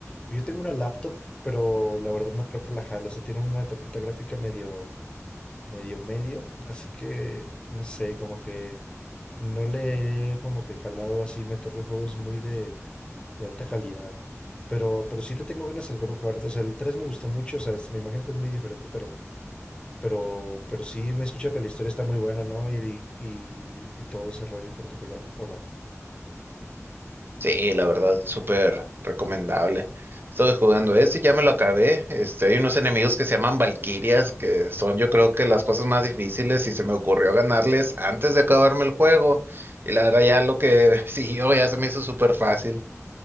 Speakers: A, on the left; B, on the right.
A: pues, yo tengo una laptop, pero la verdad no creo que la jale. O sea, tiene una tarjeta gráfica medio, medio, medio. Así que, no sé, como que no le he como que calado así meterle juegos muy de, de alta calidad. Pero, pero sí le tengo ganas al God of War. O sea, el 3 me gustó mucho. O sea, es- me imagino que es muy diferente, pero, pero, pero sí me he escuchado que la historia está muy buena, ¿no? Y, y, y todo ese rollo en particular, ¿o no?
B: Sí, la verdad, súper recomendable. Estoy jugando este, ya me lo acabé. Este, hay unos enemigos que se llaman Valquirias, que son yo creo que las cosas más difíciles y se me ocurrió ganarles antes de acabarme el juego. Y la verdad ya lo que <laughs> siguió ya se me hizo súper fácil.